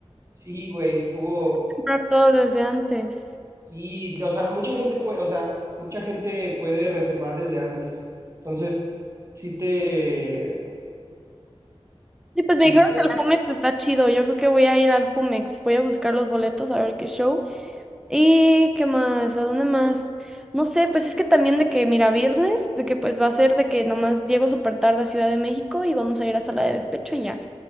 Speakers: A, on the right; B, in the centre.
A: Sí, güey, estuvo,
B: Comprar todo desde antes.
A: Y, o sea, mucha gente puede, o sea, mucha gente puede reservar desde antes. Entonces, sí te,
B: Sí, pues
A: sí,
B: me dijeron que el Jumex está chido. Yo creo que voy a ir al Jumex. Voy a buscar los boletos a ver qué show. ¿Y qué más? ¿A dónde más? No sé, pues es que también de que, mira, viernes, de que pues va a ser de que nomás llego súper tarde a Ciudad de México y vamos a ir a sala de despecho y ya.